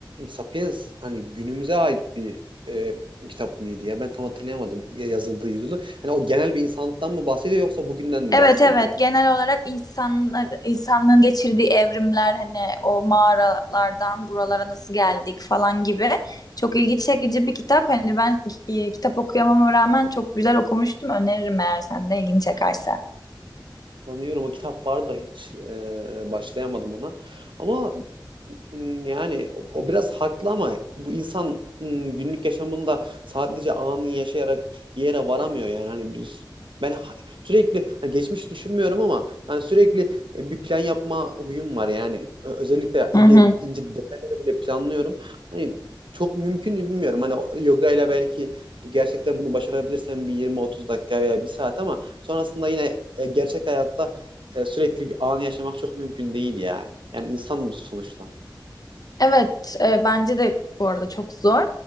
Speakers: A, on the right; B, on the left.
A: Sapiens hani günümüze ait bir e, kitap mıydı ya? Ben tam hatırlayamadım ya- yazıldığı yılı. Hani o genel bir insanlıktan mı bahsediyor yoksa bugünden mi
B: Evet
A: bahsediyor?
B: evet genel olarak insanlar insanlığın geçirdiği evrimler hani o mağaralardan buralara nasıl geldik falan gibi çok ilgi çekici bir kitap. Hani ben e, kitap okuyamama rağmen çok güzel okumuştum. Öneririm eğer sen de ilgini çekerse.
A: Sanıyorum o kitap vardı da hiç e, başlayamadım ona. Ama m, yani o, o biraz haklı ama bu insan m, günlük yaşamında sadece anı yaşayarak bir yere varamıyor yani. Hani biz ben ha- sürekli ha, geçmiş düşünmüyorum ama yani sürekli e, bir plan yapma huyum var yani. Ö- Özellikle ince
B: Hı hı.
A: ince detayları bile planlıyorum. Hani çok mümkün mü bilmiyorum. Hani o- yoga ile belki gerçekten bunu başarabilirsem bir 20-30 dakika veya bir saat ama sonrasında yine e, gerçek hayatta e, sürekli anı yaşamak çok mümkün değil ya. Yani insan bu sonuçta.
B: Evet, e, bence de bu arada çok zor.